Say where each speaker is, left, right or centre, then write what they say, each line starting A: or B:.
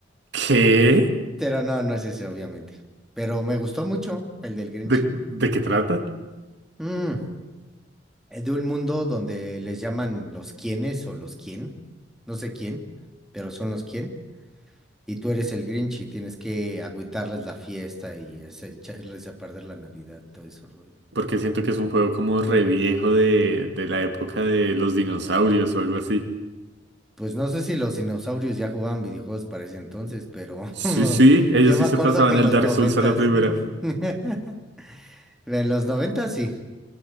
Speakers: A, on the right; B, in the centre.
A: ¿Qué?
B: Pero no, no es ese, obviamente. Pero me gustó mucho el del Grinch.
A: ¿De, de qué trata?
B: Mm. eh, de un mundo donde les llaman los quienes o los quién, no sé quién, pero son los quién, y tú eres el Grinch y tienes que agüitarles la fiesta y hacer- echarles a perder la Navidad, todo eso rollo.
A: Porque siento que es un juego como re viejo de, de la época de los dinosaurios o algo así.
B: Pues no sé si los dinosaurios ya jugaban videojuegos para ese entonces, pero
A: Sí,
B: <laughs>
A: sí, ellos
B: yo me
A: sí
B: acuerdo
A: se pasaban
B: que en
A: el
B: los
A: Dark
B: noventas,
A: Souls a la primera.
B: <laughs> en los noventas sí.